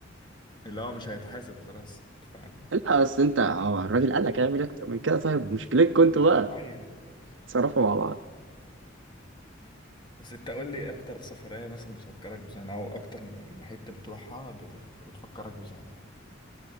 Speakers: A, on the left; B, on the right.
A: اللي هو مش هيتحاسب خلاص أنت فاهم
B: لا اصل انت هو الراجل قال لك هيعمل اكتر من كده طيب مشكلتكم انتوا بقى
A: ايوه
B: تصرفوا مع بعض
A: بس انت قول لي اكتر سفرية مثلا بتفكرك بزمان او اكتر م- حتة بتروحها بت- بتفكرك بزمان